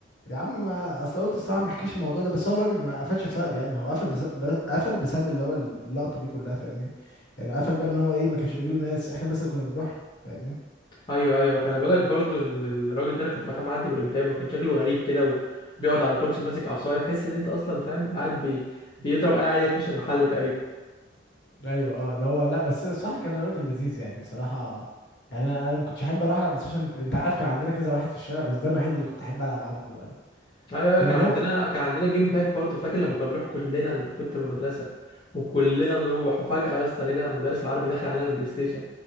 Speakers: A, on the left; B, on the left.
A: يا عم ما اصل قلت الصراحه ما احكيش الموضوع ده بس هو راجل ما قفلش بسبب يعني هو قفل بس... ب- قفل بسبب اللي هو اللقطه دي كلها فاهمني يعني قفل بقى ان هو ايه ما كانش
B: مم.
A: بيجيله ناس احنا بس اللي كنا بنروح له فاهمني
B: ايوه ايوه خلي بالك برضو ان الراجل ده انا كنت بخاف اعدي من قدامه وكان شكله غريب كده وبيقعد على كرسي وماسك عصايه تحس ان انت اصلا فاهم قاعد بي... بيضرب اي عيل يخش المحل تقريبا
A: ايوه اه اللي هو لا بس الصراحه كان راجل لذيذ يعني صراحه يعني انا انا ما كنتش احب اروح العب بلاي ستيشن انت عارف كان عندنا كذا واحد في الشارع بس ده الوحيد اللي كنت احب العب عنده يعني
B: ايوه ايوه
A: كان
B: كان
A: اللي
B: عندنا
A: هو
B: كان عندنا جيم باك برضو فاكر لما كنا بنروح كلنا كنت من المدرسه وكلنا نروح وفجاه يا اسطى لقينا المدرس العربي داخل علينا البلاي ستيشن